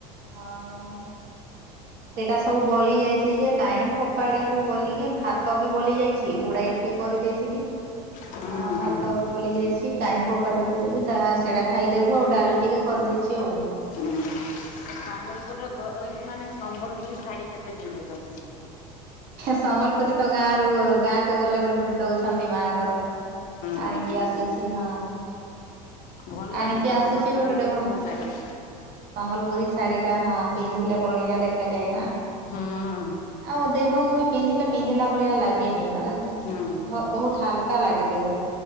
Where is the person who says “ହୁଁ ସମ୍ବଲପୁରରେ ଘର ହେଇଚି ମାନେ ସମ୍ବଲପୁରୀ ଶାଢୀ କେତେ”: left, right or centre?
Left